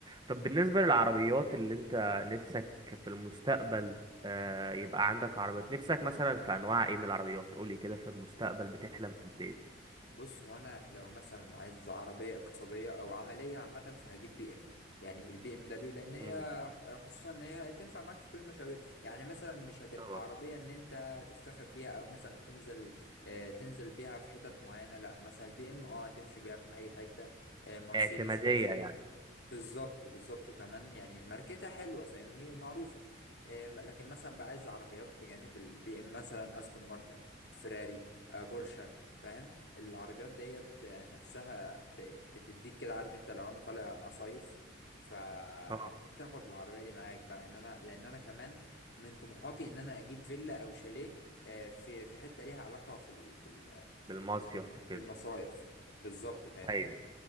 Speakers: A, on the right; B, on the left.
A: طب بالنسبه للعربيات اللي انت نفسك في المستقبل آه، يبقى عندك عربيات نفسك مثلا في انواع ايه من العربيات قولي كده في المستقبل بتحلم بايه
B: بص هو انا لو مثلا عايز عربيه اقتصاديه او عمليه عامه فهجيب بي ام يعني البي ام دبليو لان هي
A: مم،
B: آه، خصوصا ان هي تنفع معاك في كل المشاوير يعني مثلا مش هتبقى
A: طبعا
B: عربيه ان انت تفتخر بيها او مثلا تنزل آه تنزل بيها في حتت معينه لا مثلا البي ام اه تمشي بيها في اي حته آه مرسيدس
A: اعتماديه
B: بس
A: يعني
B: بالظبط بالظبط وكمان يعني ماركتها حلوه فاهمني ومعروفه آم، لكن مثلا بقى عايز عربيات بجانب البي ام مثلا استون مارتن فيراري آه، بورشة فاهم العربيات ديت آه، نفسها ب- بتديك كده عارف انت لو انا طالع اصيف فتاخد
A: اه
B: العربيه دي معاك بقى ان انا لان انا كمان من طموحاتي ان انا اجيب فيلا او شاليه آه، في في حته ليها علاقه في ال- في ال-
A: بالمصيف
B: في ال-
A: وكده
B: بالمصايف بالظبط فاهمني
A: ايوه